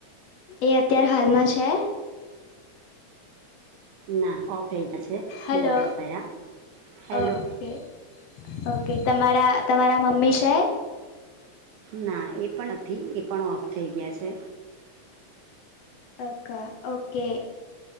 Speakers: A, on the left (about 75°); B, on the right (about 75°).
A: એ અત્યારે હાલમાં છે.
B: ના ઓફ થઈ ગયા છે
A: હલો
B: બો વરસ થયાં હેલો
A: ઓકે ઓકે તમારા તમારા મમ્મી છે
B: ના એ પણ નથી એ પણ ઓફ થઈ ગયા છે.
A: ઓકા ઓકે